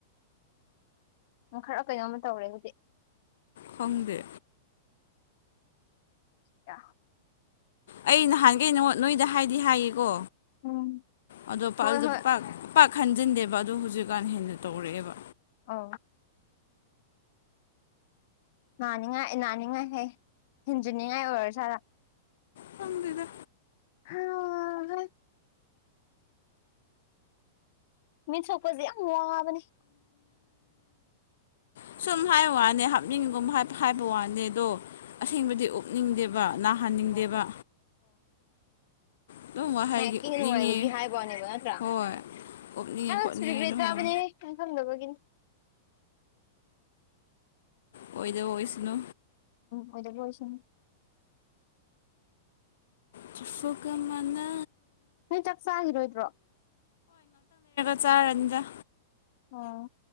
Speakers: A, on the left; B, on the left.
A: ꯎ ꯈꯔ ꯀꯩꯅꯣꯝꯃ ꯇꯧꯔꯦ ꯍꯧꯖꯤꯛ
B: ꯈꯪꯗꯦ
A: <inaudible>
B: ꯑꯩ ꯅꯍꯥꯟꯒꯩꯅꯩꯅꯉꯣ ꯅꯣꯏꯗ ꯍꯥꯏꯗꯤ ꯍꯥꯏꯌꯦꯀꯣ
A: ꯎꯝ
B: ꯑꯗꯨꯗꯣ
A: ꯍꯣꯏ
B: ꯑꯗꯨ
A: ꯍꯣꯏ
B: ꯄ ꯈꯟꯖꯤꯟꯗꯦꯕ ꯑ ꯍꯧꯖꯤꯛꯀꯥꯟ ꯍꯦꯟꯅ ꯇꯧꯔꯛꯑꯦꯕ
A: ꯑ ꯅꯥꯅꯤꯡꯉꯥꯏ ꯅꯥꯅꯤꯡꯉꯥꯏ ꯍ ꯍꯦꯟꯖꯤꯅꯤꯡꯉꯥꯏ ꯑꯣꯏꯔꯣ ꯁꯥꯥꯗ
B: ꯈꯪꯗꯦꯗꯥ
A: ꯍꯥ ꯍꯥ ꯃꯤꯟ ꯁꯣꯛꯄꯁꯤꯦ ꯌꯥꯝ ꯋꯥꯕꯅꯤ
B: ꯎ ꯁꯨꯝ ꯍꯥꯏꯕ ꯋꯥꯅꯤ ꯍꯥꯞꯅꯤꯡꯉꯒꯨꯝ ꯍꯥꯏꯕ ꯋꯥꯅꯦ ꯑꯗꯣ ꯑꯁꯦꯡꯕꯗꯤ ꯎꯞꯅꯤꯡꯗꯦꯕ ꯅꯥꯍꯟꯅꯤꯡꯗꯦꯕ
A: ꯑꯣ
B: ꯑꯗꯨꯝ ꯋꯥꯍꯩꯒꯤ
A: ꯍꯀꯤ
B: ꯎꯞꯅꯤꯡꯉꯦ
A: ꯅꯨꯡꯉꯥꯏꯕꯒꯤ ꯍꯥꯏꯕꯅꯦꯕ ꯅꯠꯇ꯭ꯔꯥ
B: ꯍꯣꯏ ꯎꯞꯅꯤꯡꯉꯦ
A: ꯑꯪ
B: ꯈꯣꯠꯅꯤꯡꯉꯦ
A: ꯁꯨꯔꯤꯕ꯭ꯔꯦ
B: ꯑꯗꯨꯝ
A: ꯇꯥꯕꯅꯦ
B: ꯍꯥꯏꯕ
A: ꯏꯪ ꯈꯪꯗꯕꯒꯤꯅꯤ
B: ꯑꯣꯏꯣꯏꯗ ꯋꯥꯣꯏꯁꯅꯨ
A: ꯑꯣꯗ ꯀꯣꯏꯁ
B: ꯆꯐꯒ ꯃꯅ
A: ꯅꯣꯏ ꯆꯞ ꯆꯥꯈꯤꯔꯣꯏꯗ꯭ꯔꯣ
B: ꯆꯥꯔꯟꯖ
A: ꯑꯥ